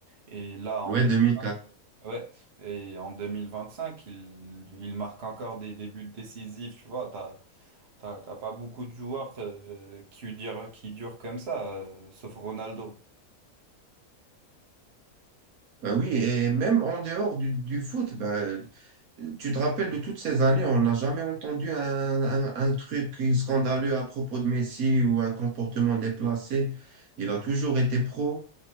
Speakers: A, on the right; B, on the right.
A: et là, en,
B: Ouais,
A: deux-
B: 2004.
A: ouais, et en 2025, il, il marque encore des, des buts décisifs, tu vois, t'as, t'as, t'as pas beaucoup de joueurs euh, qui durent, qui durent comme ça, euh, sauf Ronaldo.
B: Ben oui, et même en dehors du, du foot, ben, tu te rappelles de toutes ces années, on n'a jamais entendu un, un, un truc scandaleux à propos de Messi ou un comportement déplacé. Il a toujours été pro.